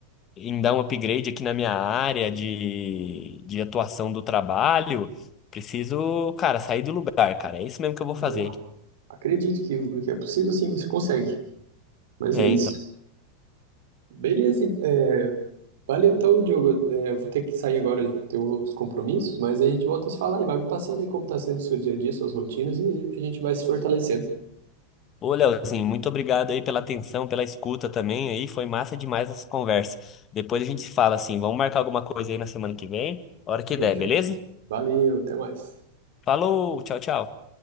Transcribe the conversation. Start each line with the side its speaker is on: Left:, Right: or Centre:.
Left: em dar um upgrade aqui na minha área de, de atuação do trabalho. Preciso, cara, sair do lugar, cara. É isso mesmo que eu vou
Right: Boa.
Left: fazer.
Right: Acredite que, que é possível, sim, você consegue. Mas
Left: É,
Right: é isso.
Left: então.
Right: Beleza. É, valeu então, Diogo. É, vou ter que sair agora, tenho outros compromissos, mas a gente volta a se falar e vai me passando aí como está sendo o seu dia a dia, suas rotinas, e a gente vai se fortalecendo.
Left: Ô, Leozinho, muito obrigado aí pela atenção, pela escuta também aí. Foi massa demais essa conversa. Depois a gente se fala assim, vamos marcar alguma coisa aí na semana que vem, hora que
Right: Fechou.
Left: der, beleza?
Right: Valeu, até mais.
Left: Falou, tchau, tchau.